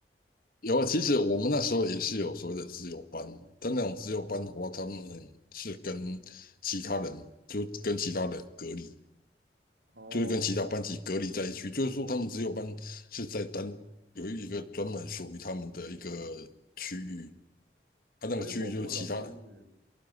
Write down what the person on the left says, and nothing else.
有啊，其实我们那时候也是有所谓的自由班，但那种自由班的话，他们是跟其他人就跟其他人隔离。
就是跟其他班级隔离在一起，就是说他们只有班是在单有一个专门属于他们的一个区域，他那个区域就是其他。